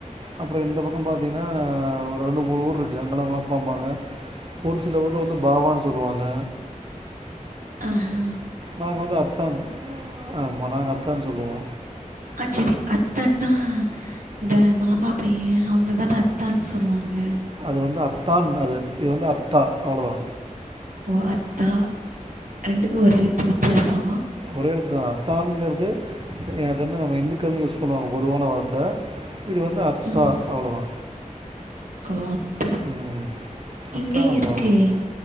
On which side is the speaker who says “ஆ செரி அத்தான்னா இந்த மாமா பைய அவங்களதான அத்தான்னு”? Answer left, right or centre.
Right